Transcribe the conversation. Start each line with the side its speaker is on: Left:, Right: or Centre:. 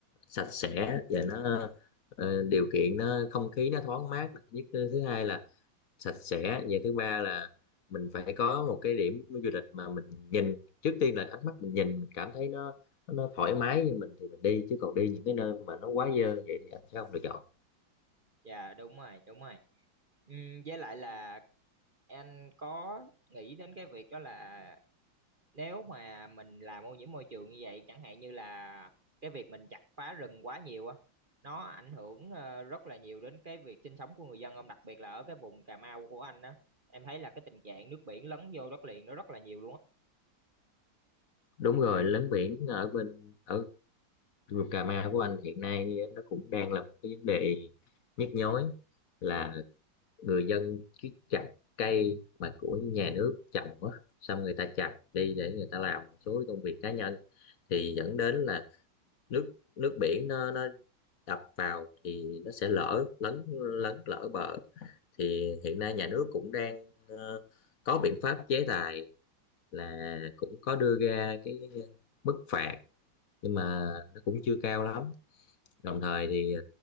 Left: sạch sẽ và nó ờ, điều kiện nó không khí nó thoáng mát nè. nhất thứ hai là sạch sẽ và thứ ba là mình phải có một cái điểm du lịch mà mình nhìn trước tiên là ánh mắt mình nhìn mình cảm thấy nó nó, nó thoải mái với mình thì mình đi chứ còn đi những cái nơi mà nó quá dơ vậy thì anh sẽ không lựa chọn
Right: dạ đúng rồi đúng rồi ừ, với lại là anh có nghĩ đến cái việc đó là nếu mà mình làm ô nhiễm môi trường như vậy chẳng hạn như là cái việc mình chặt phá rừng quá nhiều á nó ảnh hưởng ờ, rất là nhiều đến cái việc sinh sống của người dân ông đặc biệt là ở cái vùng Cà Mau của anh á em thấy là cái tình trạng nước biển lấn vô đất liền nó rất là nhiều luôn á
Left: đúng rồi lấn biển ở bên ở vùng Cà Mau của anh hiện nay nó cũng đang là một cái vấn đề nhức nhối là người dân cứ chặt cây mà của nhà nước trồng á xong người ta chặt đi để người ta làm một số công việc cá nhân thì dẫn đến là nước nước biển nó nó đập vào thì nó sẽ lở lấn lấn lở bờ thì hiện nay nhà nước cũng đang ờ, có biện pháp chế tài là cũng có đưa ra cái mức phạt nhưng mà nó cũng chưa cao lắm đồng thời thì